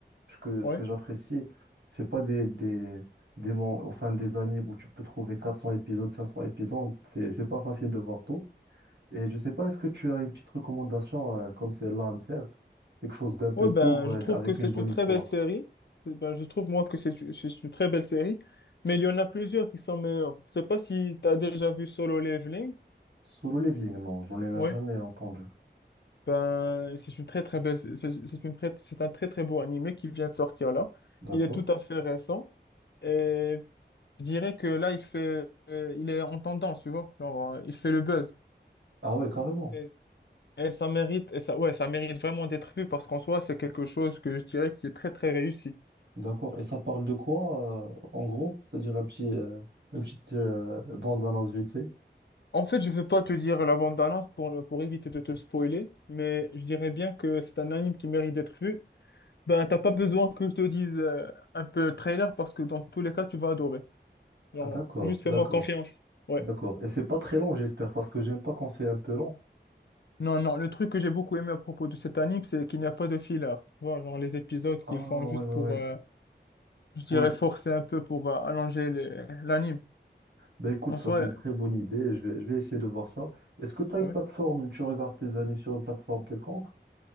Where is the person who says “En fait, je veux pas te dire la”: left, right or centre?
Left